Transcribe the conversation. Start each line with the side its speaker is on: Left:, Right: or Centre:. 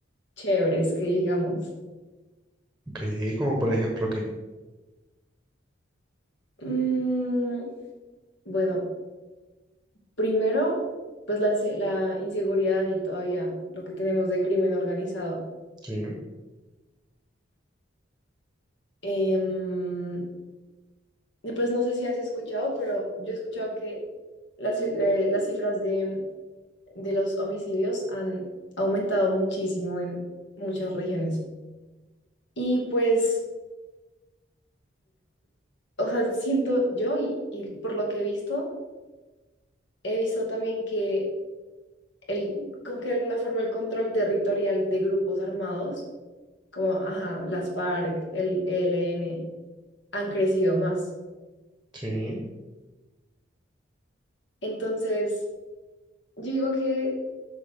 Left: chéveres que digamos.
Centre: Ok, como por ejemplo que...
Left: Mm, bueno, Primero, pues la, ansi- la inseguridad y todavía lo que tenemos de crimen organizado.
Centre: Sí,
Left: Em, y pues no sé si has escuchado, pero yo he escuchado que las, ci- eh, las cifras de, de los homicidios han aumentado muchísimo en muchas regiones. Y pues, o sea, siento yo y, y por lo que he visto, he visto también que el, como que de alguna forma el control territorial de grupos armados, como, ajá, las FARC, el E L n han crecido más.
Centre: sí.
Left: Entonces, yo digo que